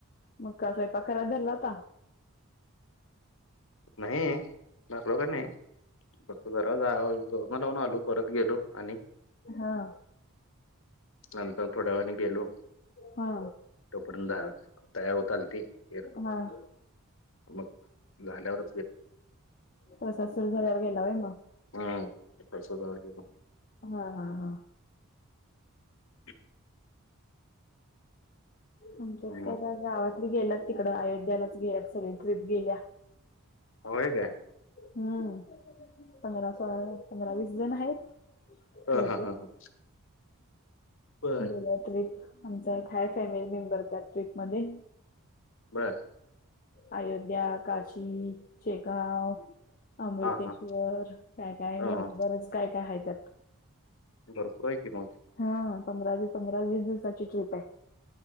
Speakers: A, on the left; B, on the left.
A: मग काय स्वयंपाक करायला धरलाता?
B: नाही, धरला वगैरे नाही. फक्त जरा जाऊन वरन जाऊन आलो, परत गेलो आणि
A: हां
B: नंतर थोड्या वेळाने गेलो
A: हा
B: तोपर्यंत तयार होत आलती खीर
A: हा
B: मग झाल्यावर
A: प्रसाद सुरु झाल्यावर गेला व्हय मग?
B: हा प्रसादाला गेलो.
A: हा हा हा
B: <inaudible>
A: आमच्यात काय
B: मग
A: बा गावातली गेल्यात तिकड, अयोध्यालाच गेल्यात सगळी ट्रिप गेल्या.
B: व्हय काय.
A: हम्म, पंधरा-सोळा, पंधरा-वीस जण आहेत.
B: ह
A: बहुतेक.
B: हा हा हा बर
A: गेल्या ट्रिप, आमचा एक हाय फॅमिली मेंबर त्या ट्रिपमध्ये.
B: बर
A: अयोध्या, काशी, शेगांव, अमृतेश्वर
B: हा हा
A: काय-काय,
B: हा हा
A: बरच काय काय हाय त्यात.
B: भरपूर आहे की मग
A: हा पंधरा-वी, पंधरा-वीस दिवसाची ट्रिप आहे.